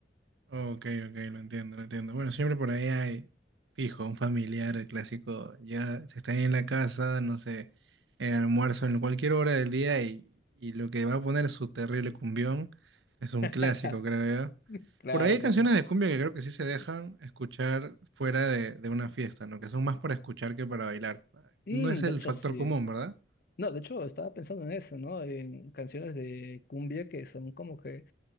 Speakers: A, on the right; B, on the left.
A: Ok, ok, lo entiendo, lo entiendo. Bueno, siempre por ahí hay, fijo, un familiar, el clásico, ya se está en la casa, no sé, en el almuerzo, en cualquier hora del día y, y lo que va a poner su terrible cumbión es un
B: <laughs>
A: clásico, creo yo.
B: Claro
A: Por ahí hay canciones
B: que sí.
A: de cumbia que creo que sí se dejan escuchar fuera de, de una fiesta, ¿no? Que son más para escuchar que para bailar.
B: Mm,
A: No es
B: de
A: el
B: hecho,
A: factor
B: sí.
A: común, ¿verdad?
B: No, de hecho, estaba pensando en eso, ¿no? En canciones de cumbia que son como que